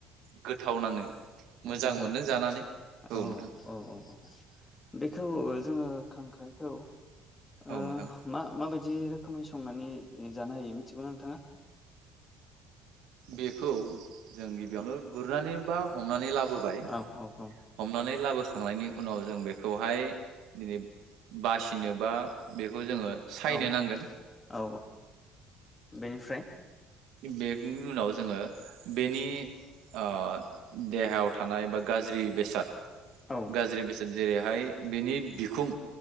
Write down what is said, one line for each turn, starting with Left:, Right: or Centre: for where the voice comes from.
Right: गोथाव नाङो मोजां
Left: गोथाव
Right: मोनदों जानानै
Left: औ
Right: नोंथां
Left: औ औ बेखौ जोङो खांख्राइखौ ओ
Right: औ नोंथां
Left: मा मा बाय जे रोखोमै संनानै जानो हायो मिथिगौना नोंथाङा?
Right: बेखौ जों गिबियावनो गुरनानै बा हमनानै लाबो बोबाय
Left: औ औ औ
Right: हमनानै ला खांनायनि उनाव जों बेखौहाय दि बासिनोबा खौ जों सायनो
Left: औ
Right: नांगोन।
Left: औ बेनिफ्राय
Right: बेनि उनाव जोङो बेनि ओ देहायाव थानाय बा गाज्रि बेसाद
Left: औ
Right: गाज्रि बेसेन जेरैहाय बिनि बिखुं